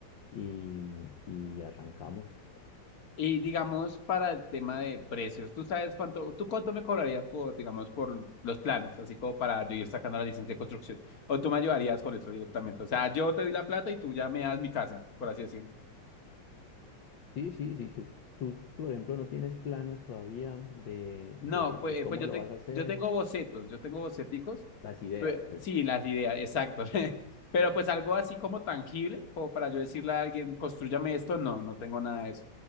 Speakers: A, on the left; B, on the left.
A: y, y arrancamos.
B: Y digamos, para el tema de precios, ¿tú sabes cuánto, tú cuánto me cobrarías por, digamos, por los planos, así como para yo ir sacando la licencia de construcción? ¿O tú me ayudarías con eso directamente? O sea, yo te doy la plata y tú ya me das mi casa, por así decirlo.
A: Sí, sí, sí, tú, tú, tú, por ejemplo, no tienes planos todavía de,
B: No,
A: de,
B: pues,
A: de cómo
B: pues yo,
A: lo
B: te-
A: vas a hacer.
B: yo tengo bocetos, yo tengo boceticos.
A: Las ideas,
B: Pe-
A: pues.
B: Sí, las ideas, exacto. <laughs> Pero pues algo así como tangible, como para yo decirle a alguien, construyame esto, no, no tengo nada de eso.